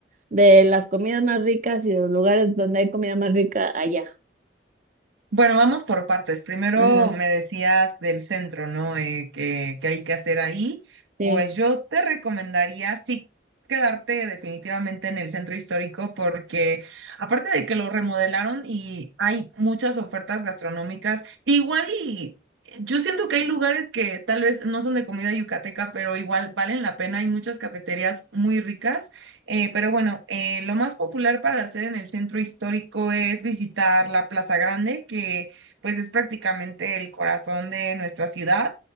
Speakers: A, on the right; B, on the right.
A: de las comidas más ricas y de los lugares donde hay comida más rica allá.
B: Bueno, vamos por partes. Primero
A: Ajá,
B: me decías del centro, ¿no? Eh, que, que hay que hacer ahí.
A: sí,
B: Pues yo te recomendaría sí quedarte definitivamente en el centro histórico porque aparte de que lo remodelaron y hay muchas ofertas gastronómicas, igual y yo siento que hay lugares que tal vez no son de comida yucateca, pero igual valen la pena. Hay muchas cafeterías muy ricas. Eh, pero bueno, eh, lo más popular para hacer en el centro histórico es visitar la Plaza Grande, que pues es prácticamente el corazón de nuestra ciudad.